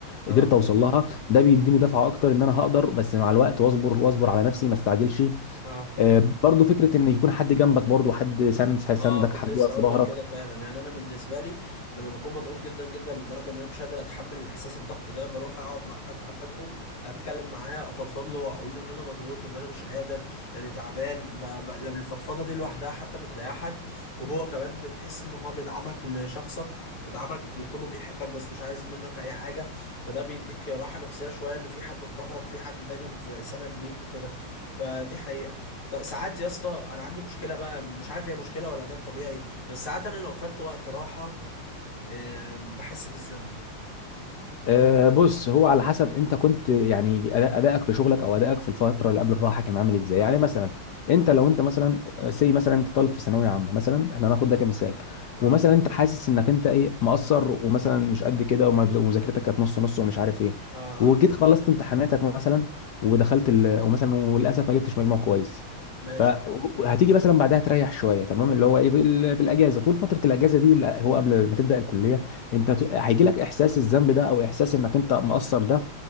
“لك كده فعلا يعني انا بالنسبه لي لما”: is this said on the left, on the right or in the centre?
Left